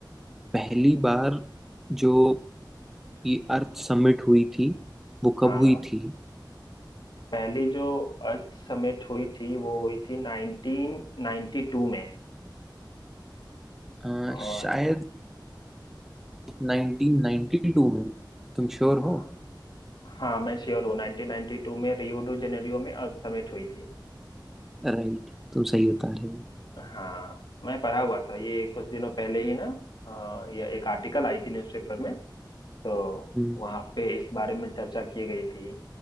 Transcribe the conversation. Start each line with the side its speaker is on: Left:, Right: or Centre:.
Centre: पहली बार जो ये अर्थ समिट हुई थी वो
Left: हाँ
Centre: कब हुई थी
Left: पहली जो अर्थ समिट हुई थी वो हुई थी 1992 में
Centre: अ,
Left: और
Centre: शायद 1992 में तुम श्योर
Left: हाँ,
Centre: हो
Left: हाँ मैं श्योर हूँ 1992 में रियो डू जेनेरियो में अर्थ समिट हुई थी
Centre: राइट तुम सही बता रहे हो
Left: हाँ मैं पढ़ा हुआ था ये कुछ दिनों पहले ही ना अ, ये एक आर्टिकल आई थी न्यूज़पेपर में तो
Centre: हम्म,
Left: वहाँ पे इस बारे में चर्चा की गई थी